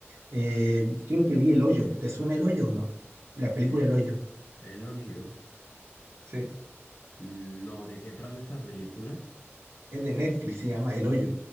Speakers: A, on the right; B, on the left.
A: Eh, creo que vi El Hoyo. ¿Te suena El Hoyo o no? La película
B: Eh,
A: El Hoyo.
B: Elogio.
A: Sí,
B: Mm, No, ¿de qué trata esta película?
A: Es de Netflix, se llama El Hoyo.